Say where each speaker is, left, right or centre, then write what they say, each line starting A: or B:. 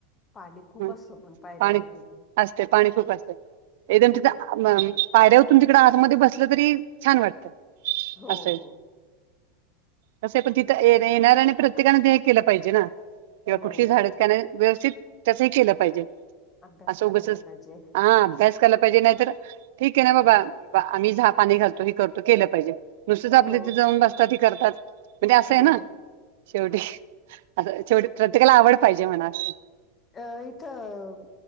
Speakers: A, on the left (about 25°); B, on the right (about 55°).
A: पाणी खूप
B: ह
A: असतं पण पायऱ्यावरती
B: पाणी
A: पण
B: असते पाणी खूप असतय एकदम
A: हो
B: तिथं पायऱ्या उतरून तिकडे आतमध्ये बसलं तरी छान वाटतं
A: हो
B: असय
A: हो.
B: कसाय पण
A: बरोबर
B: तिथं येणाऱ्याने आणि प्रत्येकान ते केलं पाहिजे ना किंवा
A: हो
B: कुठली झाड <unintelligible> व्यवस्थित त्याच केलं पाहिजे
A: अभ्यास
B: अस
A: करायला
B: उगचच
A: पाहिजे.
B: हा अभ्यास केला पाहिजे नाहीतर ठीक आहे ना बाबा आम्ही झाहा पाणी घलतो हे करतो केलं पाहिजे नुसतच आपल
A: हो
B: तिथे जाऊन बसता करतात म्हणजे असं आहे
A: हो.
B: ना शेवटी अस शेवटी प्रत्येकाला आवड पाहिजे म्हणा असं
A: अ इथं